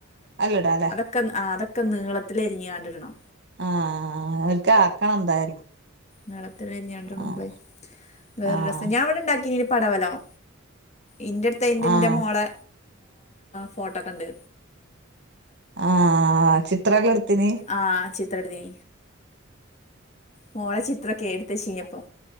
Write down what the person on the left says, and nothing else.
ക്കെ ആഹ് അതൊക്കെ നീളത്തില് അ രിഞ്ഞ്ങ്ങാണ്ട് ഇടണം
നീളത്തിലരിഞ്ഞാണ്ട് ഇടുമ്പെയ്
വേറൊരസാ
ഞാൻ ഇവ്ടെ ഇണ്ടാക്കിന് പടവലം ഇന്റെ അടുത്ത് അയ്ന്റ്
ന്റെ മോളെ ഫോട്ടൊക്കെണ്ട്
ആഹ് ചിത്രട്തിനി മോളെ ചിത്രൊക്കെ എടുത്തചീനി അപ്പോ